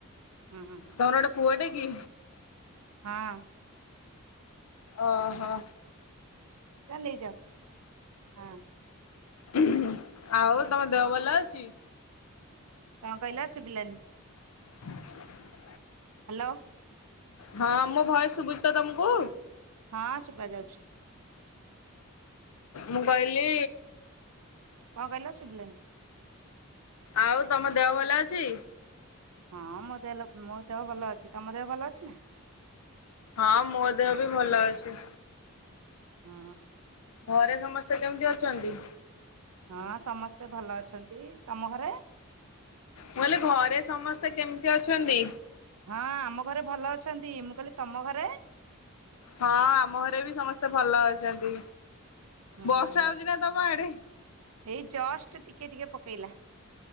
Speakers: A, on the right; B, on the left.
A: ହୁଁ ହୁଁ
B: ତମର ଗୋଟେ ପୁଅଟେ କି?
A: ହଁ।
B: ଓ ହୋ।
A: ତା ନେଇଯାଅ ହଁ।
B: ହୁଁ ଆଉ ତମ ଦେହ ଭଲ ଅଛି।
A: କଁ କହିଲ ଶୁବିଲାନି।
B: ହ
A: ହାଲୋ।
B: ହଁ ମୋ ଭୟସ ଶୁବୁଚିତ ତମକୁ?
A: ହଁ ଶୁବା ଯାଉଚି।
B: ମୁଁ କହିଲି
A: କଁ କହିଲ ଶୁବିଲାନି।
B: ଆଉ ତମ ଦେହ ଭଲ ଅଛି।
A: ହଁ ମୋ ଦେହ ଲ ମୋ ଦେହ ଭଲ ଅଛି ତମ ଦେହ ଭଲ ଅଛି ନା।
B: ହଁ ମୋ ଦେହ ବି ଭଲ ଅଛି।
A: ହୁଁ।
B: ଘରେ ସମସ୍ତେ କେମିତି ଅଛନ୍ତି।
A: ହଁ ସମସ୍ତେ ଭଲ ଅଛନ୍ତି। ତମ ଘରେ?
B: ମୁଁ କହିଲି ଘରେ ସମସ୍ତେ କେମିତି ଅଛନ୍ତି।
A: ହଁ ଆମ ଘରେ ଭଲ ଅଛନ୍ତି। ମୁଁ କହିଲି ତମ ଘରେ?
B: ହଁ ଆମ ଘରେ ବି ସମସ୍ତେ ଭଲ ଅଛନ୍ତି।
A: ହୁଁ
B: ବର୍ଷା ହଉଛି ନା ତମ ଆଡେ?
A: ଏଇ ଜଷ୍ଟ ଟିକେ ଟିକେ ପକେଇଲା।